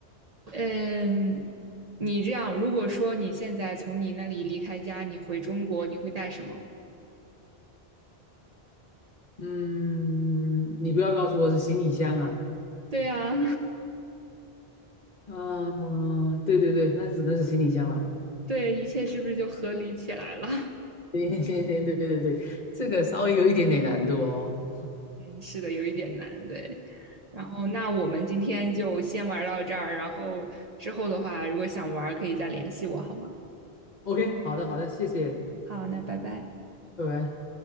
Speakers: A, on the right (about 45°); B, on the left (about 45°).
A: 嗯，你这样，如果说你现在从你那里离开家，你回中国，你会带什么？
B: 嗯，你不要告诉我是行李箱啊。
A: 对呀，
B: 嗯，对对对，那只能是行李箱了。
A: <laughs> 对，一切是不是就合理起来了？
B: 行行行，对对对，这个稍微有一点点难度哦。
A: <laughs> 嗯，是的，有一点难，对。然后，那我们今天就先玩到这儿，然后之后的话，如果想玩，可以再联系我，好吗？
B: OK，好的好的，谢谢，
A: 好，那拜拜。
B: 拜拜。